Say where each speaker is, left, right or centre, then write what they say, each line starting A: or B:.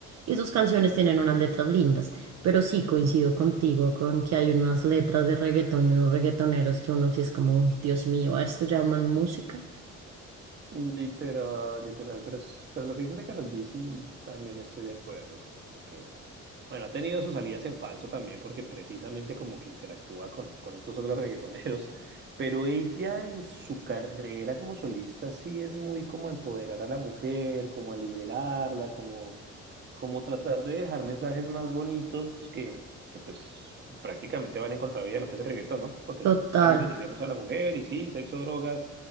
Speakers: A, on the right; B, on the right.
A: Y sus canciones tienen unas letras lindas, pero sí coincido contigo con que hay unas letras de reggaetón y unos reggaetoneros que uno sí es como, "Uy, Dios mío, ¿a esto llaman música?
B: Literal, literal, pero, es- pero lo que dices de Karol G sí también estoy de acuerdo, como que, bueno, ha tenido sus salidas en falso también porque precisamente como que interactúa con, con estos otros reggaetoneros, <laughs> pero ella en su carrera como solista sí es muy como empoderar a la mujer, como a liberarla, como, como tratar de dejar mensajes más bonitos que, que pues prácticamente van en contravía de lo que es el reggaetón, ¿no? Porque
A: Total.
B: el reggaetón es denigremos a la mujer y sí, sexo, drogas